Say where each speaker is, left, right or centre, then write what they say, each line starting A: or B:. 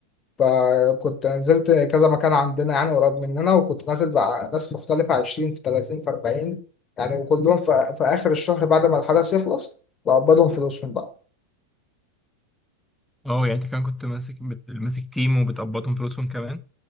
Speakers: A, on the left; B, in the centre.
A: فكنت نزلت كذا مكان عندنا يعني قريب مننا وكنت نازل مع ناس مختلفة 20 في 30 في 40 يعني وكلهم في, في اخر الشهر بعد ما الحدث يخلص بقبضهم فلوسهم بقى
B: اه يعني انت كان كنت ماسك بت... ماسك تيم وبتقبضهم فلوسهم كمان